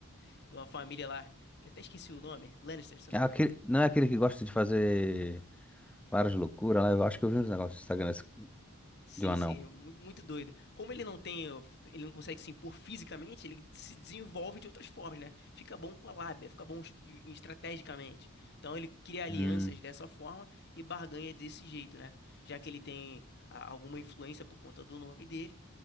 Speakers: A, on the left; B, in the centre.
A: de uma família lá, que eu até esqueci o nome, Lannister, se eu não
B: É aquele,
A: me engano.
B: não é aquele que gosta de fazer várias loucuras lá, eu acho que eu vi uns negócios no Instagram desse-
A: Sim,
B: de um anão.
A: sim, é mu- muito doido. Como ele não tem, ele não consegue se impor fisicamente, ele se desenvolve de outras formas, né? Fica bom com a lábia, fica bom es- de- estrategicamente. Então ele cria alianças
B: Hum.
A: dessa forma e barganha desse jeito, né? Já que ele tem a- alguma influência por conta do nome dele.